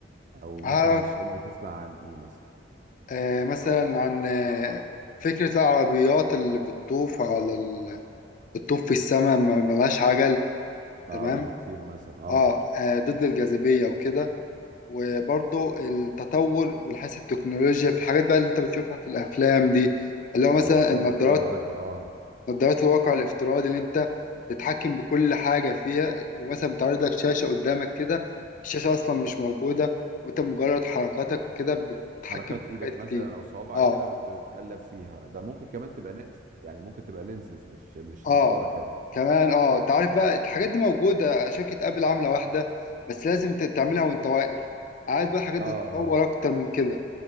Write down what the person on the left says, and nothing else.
هعرف
آه، مثلا عن آه، فكرة العربيات اللي بتطوف على ال... بتطوف في السماء ما- ملهاش عجل
تمام
اه آه، ضد الجاذبية وكده وبرضو التطور من حيث التكنولوجيا في الحاجات بقى اللي انت بتشوفها في الأفلام دي اللي هو
مثلا
النظارات
نظارات الواقع الافتراضي اللي انت تتحكم بكل حاجة فيها ومثلا بتعرض لك شاشة قدامك كده الشاشة أصلا مش موجودة وانت مجرد حركاتك كده بتتحكم
في
حاجات كتير
اه
اه
كمان اه انت عارف بقى الحاجات دي موجوده شركه ابل عامله واحده بس لازم ت- تعملها وانت واقف عايز بقى الحاجات
دي
تتطور اكتر من كده